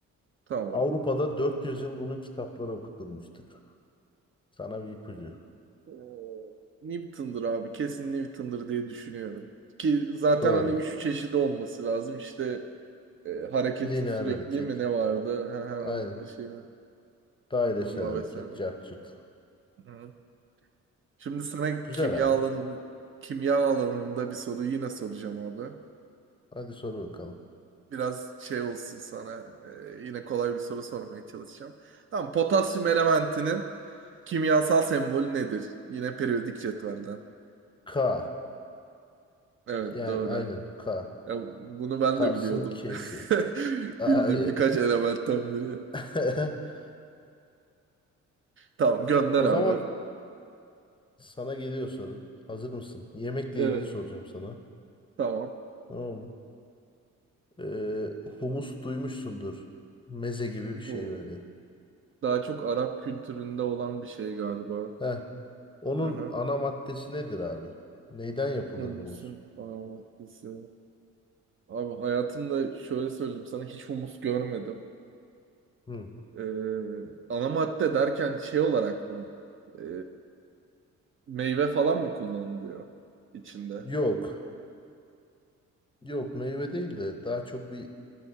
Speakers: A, on the right; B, on the left.
A: Tamam.
B: Avrupa'da 400 yıl bunun kitapları okutulmuştur. Sana bir ipucu.
A: Ee, Newton'dur abi. Kesin Newton'dur diye düşünüyorum. Ki zaten
B: Doğru.
A: hani üç çeşidi olması lazım. İşte e, hareketin
B: Lineer
A: sürekliliği
B: hareket.
A: mi ne vardı? <laughs> Hı hı,
B: Aynen.
A: Onların şey
B: Dairesel
A: duruma
B: hareket.
A: vesaire.
B: Cart curt.
A: Hı. Şimdi sana
B: Güzel
A: kimya
B: abi.
A: alanın kimya alanında bir soru yine soracağım abi.
B: Hadi soru bakalım.
A: Biraz şey olsun sana. e, yine kolay bir soru sormaya çalışacağım. Tamam, potasyum elementinin kimyasal sembolü nedir? Yine periyodik cetvelden.
B: K.
A: Evet
B: Yani
A: doğru.
B: aynen K.
A: Ya bunu ben
B: Kars'ın
A: de biliyordum.
B: K'si.
A: <laughs>
B: Abi.
A: Bildiğim birkaç elementten biri.
B: <laughs>
A: Tamam gönder
B: O
A: abi.
B: zaman sana geliyor sorun. Hazır mısın? Yemekle
A: Evet.
B: ilgili soracağım sana.
A: Tamam.
B: Tamam mı? Ee, humus duymuşsundur. Meze gibi
A: Bu
B: bir şey böyle.
A: daha çok Arap kültüründe olan bir şey galiba.
B: Heh. Onun
A: Aha.
B: ana maddesi nedir abi? Neyden yapılır
A: Humusun
B: humus?
A: aromatisi. Abi hayatımda şöyle söyleyeyim sana hiç humus görmedim.
B: Hı.
A: Ee, ana madde derken şey olarak mı? Ee, meyve falan mı kullanılıyor içinde?
B: Yok. Yok meyve değil de daha çok bir